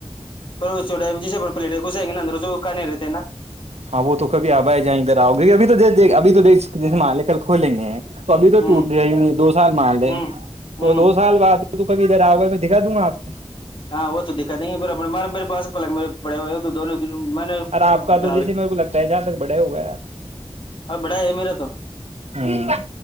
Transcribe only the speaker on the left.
پر چ جسا پ پلیٹ ہے گس گار س کان <unintelligible>
ہوں
ہوں
ہوں
ہاں وہ تو دقت نہیں ہے پ مارے میر پاس پلگ میرے بڑے ہوئے ہو تو دونوں میں نے
ڈال
اور بڑا ہے میرا تو